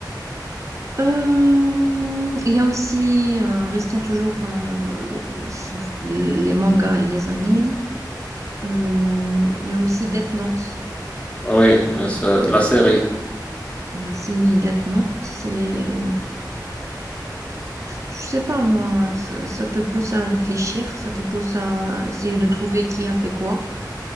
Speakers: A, on the right; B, on the left.
A: Euh, il y a aussi, euh, restons toujours euh, les mangas et les animes. Euh, il y a aussi Death Note.
B: Oui, euh, ça- la série.
A: La série Death Note, c'est, je sais pas moi, ça, ça te pousse à réfléchir, ça te pousse à essayer de trouver qui a fait quoi.